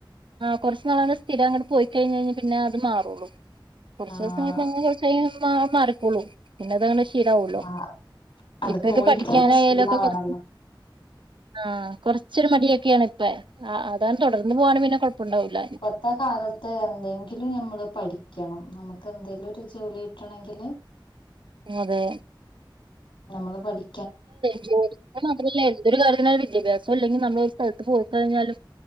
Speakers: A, on the right; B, on the left.
A: ആ, കുറച്ച് നാളങ്ങനെ സ്ഥിര അങ്ങട്ട് പോയി കഴിഞ് കഴിഞ്ഞ പിന്നെ അത് മാറൂള്ളൂ. കുറച്ചു
B: ആഹ്
A: ദിവസം അങ്ങനെ പോയിക്കഴിഞ്ഞാൽ മാറികോളും. പിന്നെ അതങ്ങനെ ശീലവല്ലോ.
B: ആഹ് അത്
A: ഇപ്പൊക്കെ
B: പോയിട്ടന്നെ
A: പഠിക്കാനായാലുംക്കെ
B: ശീലാവണല്ലോ
A: കുറച്ച് ആ, കുറച്ചൊരു മടിയൊക്കെയാണ് ഇപ്പ, അതങ്ങനെ തുടർന്ന് പോകാണ് ങ്കി പിന്നെ കൊഴപ്പണ്ടാവില്ല.
B: ഇന്നത്തെ കാലത്ത് എന്തെങ്കിലും നമ്മൾ പഠിക്കണം. നമുക്ക് എന്തെലും ഒരു ജോലി കിട്ടണമെങ്കില്
A: അതെ.
B: നമ്മള് പഠിക്കണ
A: ജോലിക് മാത്രല്ല. എന്തൊരു കാര്യത്തിനും വിദ്യാഭ്യാസം ഇല്ലെങ്കിൽ നമ്മൾ ഒരു സ്ഥലത്ത് പോയി കഴിഞ്ഞാലും